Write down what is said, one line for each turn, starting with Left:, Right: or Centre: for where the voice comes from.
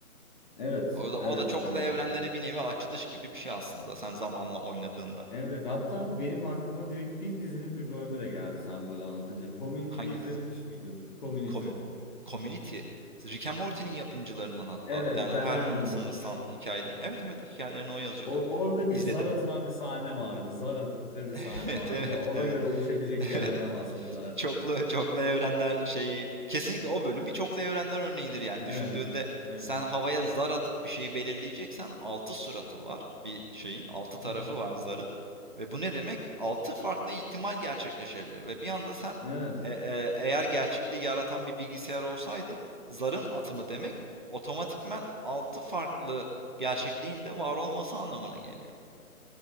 Left: Evet,
Right: O da,
Left: evet,
Right: o da çoklu
Left: evet,
Right: evrenlere
Left: evet.
Right: bir nevi açılış gibi bir şey aslında sen zamanla oynadığında.
Left: Evet, hatta benim aklıma direkt bir dizinin bir bölümü de geldi sen böyle anlatınca. Community
Right: Hangi
Left: izlemiş
Right: dizi?
Left: miydin? Community.
Right: Com- Community. Rick and Morty'nin yapımcılarından hatta
Left: Evet,
Right: Dan Harmon
Left: Dan Harmon'ın.
Right: sanırsam
Left: Evet.
Right: hikayelerini. Evet evet hikayelerini o yazıyordu.
Left: O, orada
Right: İzledim.
Left: bir zar atılan bir sahne vardı. Zar attıkları
Right: <laughs>
Left: bir sahne
Right: Evet
Left: vardı.
Right: evet
Left: ve Ona
Right: evet.
Left: göre oluşabilecek şeylerden
Right: Evet.
Left: bahsediyorlardı.
Right: Çoklu çoklu evrenler şeyi kesinlikle o bölüm bir çoklu evrenler örneğidir yani.
Left: Evet,
Right: Düşündüğünde
Left: evet.
Right: sen havaya zar atıp bir şeyi belirleyeceksen 6 suratı var bir şeyin. 6 tarafı
Left: <laughs>
Right: var zarın. Ve bu ne demek? altı farklı ihtimal gerçekleşebilir ve bir anda sen
Left: Evet.
Right: e, e, eğer gerçekliği yaratan bir bilgisayar olsaydın zarın atımı demek otomatikman 6 farklı gerçekliğin de var olması anlamına geliyor.